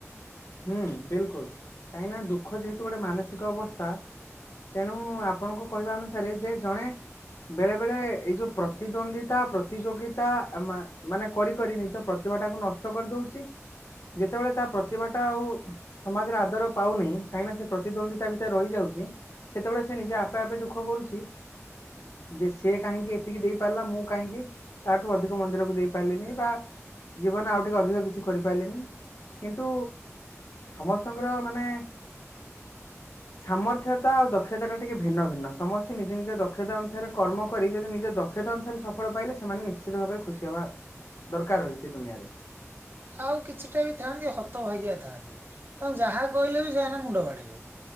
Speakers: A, on the left; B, on the right.
A: ହୁଁ ବିଲକୁଲ କାହିଁକି ନା ଦୁଃଖ ଯେହେତୁ ଗୋଟେ ମାନସିକ ଅବସ୍ଥା ତେଣୁ ଆପଣଙ୍କ କହିବା ଅନୁସାରେ ଯେ ଜଣେ ବେଳେ ବେଳେ ଏଇ ଯୋଉ ପ୍ରତିଦ୍ୱନ୍ଦିତା ପ୍ରତିଯୋଗିତା ମା-ମାନେ କରି କରି ନିଜ ପ୍ରତିଭା ଟାକୁ ନଷ୍ଟ କରିଦଉଚି ଯେତେବେଳେ ତା ପ୍ରତି ତାଉ ସମାଜରେ ଆଦର ପାଉନି କାହିଁକିନା ସେ ପ୍ରତିଦ୍ୱନ୍ଦିତା ଭିତରେ ରହିଯାଉଚି ସେତେବେଳେ ସେ ନିଜେ ଆପେ ଆପେ ଦୁଃଖ କରୁଛି ଯେ ସେ କାହିଁକି ଏତିକି ଦେଇପାରିଲା ମୁଁ କାହିଁକି ତାଠୁ ଅଧିକ ମନ୍ଦିରକୁ ଦେଇପାରିଲିନି ବା ଜୀବନ ଆଉ ଟିକେ ଅଧିକ କିଛି କରିପାରିଲିନି କିନ୍ତୁ ସମସ୍ତଙ୍କର ମାନେ ସାମର୍ଥ୍ୟତା ଆଉ ଦକ୍ଷତା ଟା ଟିକେ ଭିନ୍ନ ଭିନ୍ନ। ସମସ୍ତେ ନିଜ ନିଜ ଦକ୍ଷତା ଅନୁସାରେ କର୍ମ କରି ଯଦି ନିଜ ଦକ୍ଷତା ଅନୁସାରେ ସଫଳ ପାଇଲେ ସେମାନେ ନିଶ୍ଚିତ ଭାବରେ ଖୁସି ହବା ଦରକାର ରହିଛି ଦୁନିଆରେ।
B: ଆଉ କିଛିଟା ବି ଥାନ୍ତି ହତ ଭାଗଆ ଥାଆନ୍ତି ତାଙ୍କୁ ଯାହା କହିଲେ ବି ସେମାନେ ମୁଣ୍ଡ ବାଡ଼ିବେ